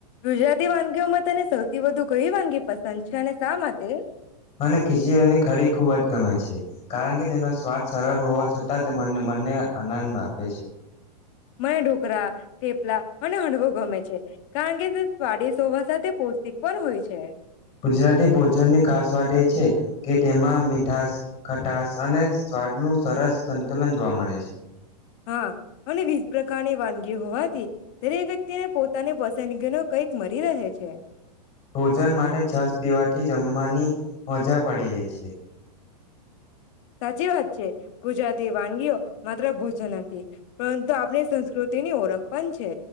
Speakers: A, on the left; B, on the left.
A: ગુજરાતી વાનગીઓમાં તને સૌથી વધુ કઈ વાનગી પસંદ છે અને શા માટે?
B: મને ખીચડીની કઢી ખૂબ જ ગમે છે કારણ કે તેનો સ્વાદ સરળ હોવા છતાં તે મનને મનને આનંદ આપે છે.
A: મને ઢોકરા થેપલા અને હંડવો ગમે છે કારણ કે તે સ્વાદિષ્ટ હોવા સાથે પૌષ્ટિક પણ હોય છે.
B: ગુજરાતી ભોજન ની ખાસ વાત એ છે. કે તેમાં મીઠાસ, ખટાસ અને સ્વાદ નું સરસ સંતુલન જોવા મળે છે.
A: હા અને બીજું પ્રકારની વાનગી હોવાથી દરેક વ્યક્તિને પોતાની પસંદગીનું કંઈક મર્યા રહે છે.
B: ભોજન માટે છાસ પીવાથી જમવાની મજા પડી જાય છે.
A: સાચી વાત છે. ગુજરાતી તે વાનગીઓ માત્ર ભોજન હતી. પરંતુ આપણી સંસ્કૃતિ ની ઓળખ પણ છે.